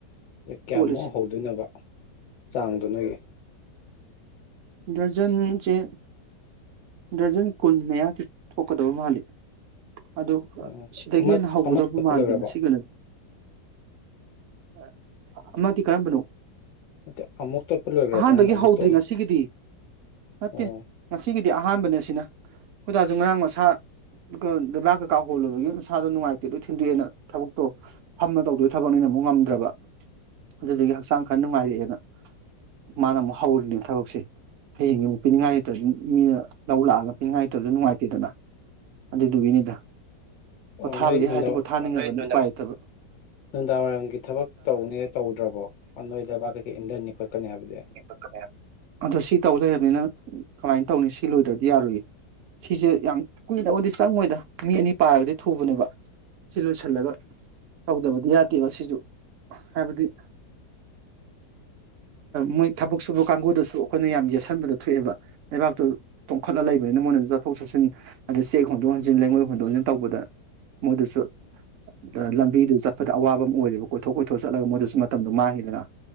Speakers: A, on the left (about 80°); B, on the right (about 80°).
A: ꯀ ꯀꯌꯥꯃꯨꯛ
B: ꯇꯣꯠꯂꯤꯁꯦ
A: ꯍꯧꯗꯣꯏꯅꯣꯕ ꯆꯥꯡꯗꯣ ꯅꯣꯏꯒꯤ
B: ꯗꯔꯖꯟ ꯆꯦ ꯗ꯭ꯔꯖꯟ ꯀꯨꯟ ꯃꯌꯥꯗꯤ ꯊꯣꯛꯀꯗꯕ ꯃꯥꯜꯂꯤ꯫ ꯑꯗꯨ
A: ꯎꯝ
B: ꯁꯤꯗꯒꯤ
A: ꯑꯃ
B: ꯍꯦꯟꯅ ꯍꯧꯒꯗꯧꯕ
A: ꯑꯃ ꯇꯣꯠꯄ
B: ꯃꯥꯟꯗꯦ
A: ꯂꯣꯏꯈ꯭ꯔꯕꯣ
B: ꯉꯁꯤꯒꯤ ꯑꯣꯏꯅꯗꯤ꯫ ꯑ ꯑꯃꯗꯤ ꯀꯔꯝꯕꯅꯣ?
A: ꯅꯠꯇꯦ ꯑꯃꯨꯛ ꯇꯣꯠꯄ ꯂꯣꯏꯈ꯭ꯔꯕ
B: ꯑꯍꯥꯟꯕꯒꯤ
A: ꯅꯪꯅ ꯑꯃꯨꯛ
B: ꯍꯧꯗ꯭ꯔꯤ
A: ꯇꯣꯠꯂꯤ
B: ꯉꯁꯤꯒꯤꯗꯤ꯫ ꯅꯠꯇꯦ
A: ꯑꯣ
B: ꯉꯁꯤꯒꯤꯗꯤ ꯑꯍꯥꯟꯕꯅꯦ ꯑꯁꯤꯅ ꯈꯪꯏꯗꯥꯖꯨ ꯉꯔꯥꯡ ꯃꯁꯥ ꯂꯩꯕꯥꯛ ꯀꯩꯀꯥ ꯍꯣꯜꯂꯨꯕꯒꯤ ꯃꯁꯥꯗꯣ ꯅꯨꯡꯉꯥꯏꯇꯦ ꯂꯣꯏ ꯊꯤꯟꯗꯣꯛꯑꯦꯅ ꯊꯕꯛꯇꯣ ꯐꯝꯃ ꯇꯧꯗꯣꯏ ꯊꯕꯛꯅꯤꯅ ꯑꯃꯨꯛ ꯉꯝꯗ꯭ꯔꯕ ꯑꯗꯨꯗꯨꯒꯤ ꯍꯛꯆꯥꯡ ꯈꯔ ꯅꯨꯡꯉꯥꯏꯔꯛꯑꯦꯅ꯫ ꯃꯥꯅ ꯑꯃꯨꯛ ꯍꯧꯔꯤꯅꯦ ꯊꯕꯛꯁꯦ꯫ ꯍꯌꯦꯡꯒꯤ ꯑꯃꯨꯛ ꯄꯤꯅꯤꯡꯉꯥꯏ ꯂꯩꯇ꯭ꯔꯥꯗꯤ ꯃꯤꯅ ꯂꯧ ꯂꯥꯛꯑꯒ ꯄꯤꯅꯤꯡꯉꯥꯏ ꯂꯩꯇ꯭ꯔꯥꯗꯤ ꯅꯨꯡꯉꯥꯏꯇꯦꯗꯅ꯫ ꯑꯗꯨꯗꯨꯒꯤꯅꯤꯗ ꯄꯣꯊꯥꯕꯒꯤ
A: ꯑꯣ ꯅꯣꯏ ꯅꯨꯡꯗꯥꯡ
B: ꯍꯥꯏꯔꯗꯤ ꯄꯣꯊꯥꯅꯤꯡꯉꯕꯅꯤ ꯎꯄꯥꯏ ꯂꯩꯇꯕ
A: ꯅꯨꯡꯗꯥꯡ ꯋꯥꯏꯔꯝꯒꯤ ꯊꯕꯛ ꯇꯧꯅꯤ ꯇꯧꯗ꯭ꯔꯕꯣ ꯅꯣꯏ ꯂꯩꯕꯥꯛ ꯀꯩꯀꯩ ꯏꯟꯙꯅꯤ ꯈꯣꯠꯀꯅꯤ ꯍꯥꯏꯕꯗꯤ꯫
B: <unintelligible> ꯑꯗꯣ ꯁꯤ ꯇꯧ ꯂꯩꯔꯝꯅꯤꯅ ꯀꯃꯥꯏꯅ ꯇꯧꯅꯤ ꯁꯤ ꯂꯣꯏꯗ꯭ꯔꯗꯤ ꯌꯥꯔꯣꯏꯌꯦ꯫ ꯁꯤꯁꯦ ꯌꯥꯝ ꯀꯨꯏꯅꯕꯕꯨꯗꯤ ꯆꯪꯉꯣꯏꯗ ꯃꯤ ꯑꯅꯤ ꯄꯥꯔꯒꯗꯤ ꯊꯨꯕꯅꯦꯕ꯫ ꯁꯤ ꯂꯣꯏꯁꯤꯜꯂꯒ ꯇꯧꯗꯕꯗꯤ ꯌꯥꯗꯦꯕ ꯁꯤꯁꯨ ꯍꯥꯏꯕꯗꯤ ꯃꯣꯏ ꯊꯕꯛ ꯁꯨꯕ ꯀꯥꯡꯒꯨꯗꯨꯁꯨ ꯑꯩꯈꯣꯏꯅ ꯌꯥꯝ ꯌꯦꯠꯁꯤꯟꯕꯗꯣ ꯊꯣꯛꯑꯦꯕ ꯂꯩꯕꯥꯛꯇꯨ ꯇꯣꯡꯈꯠꯂ ꯂꯩꯕꯅꯤꯅ ꯃꯣꯏꯅꯁꯨ ꯆꯠꯊꯣꯛ ꯆꯠꯁꯤꯟ ꯑꯗꯨ ꯆꯦꯛ ꯍꯣꯟꯗꯣꯛ ꯍꯣꯟꯖꯤꯟ ꯂꯩꯉꯣꯏ ꯍꯣꯟꯗꯣꯛ ꯍꯣꯟꯖꯤꯟ ꯇꯧꯕꯗ ꯃꯣꯏꯗꯁꯨ ꯑ ꯂꯝꯕꯤꯗꯨ ꯆꯠꯄꯗ ꯑꯋꯥꯕ ꯑꯃ ꯑꯣꯏꯔꯦꯕ ꯀꯣꯏꯊꯣꯛ ꯀꯣꯏꯊꯣꯛ ꯆꯠꯂꯒ ꯃꯣꯏꯗꯁꯨ ꯃꯇꯝꯗꯣ ꯃꯥꯡꯉꯤꯗꯅ꯫